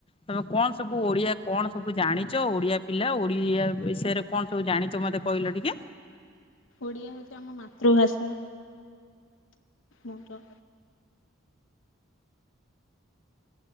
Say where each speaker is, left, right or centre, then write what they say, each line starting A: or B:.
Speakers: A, on the left; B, on the left.
A: ତମେ କଣ ସବୁ ଓଡିଆ କଣ ସବୁ ଜା ଜାଣିଛ ଓଡିଆ ପିଲା ଓଡିଆ ବିଷୟରେ କଣ ସବୁ ଜାଣିଛ ମତେ କହିଲ ଟିକେ?
B: ଓଡିଆ ହଉଛି ଆମ ମାତୃଭାଷା ମର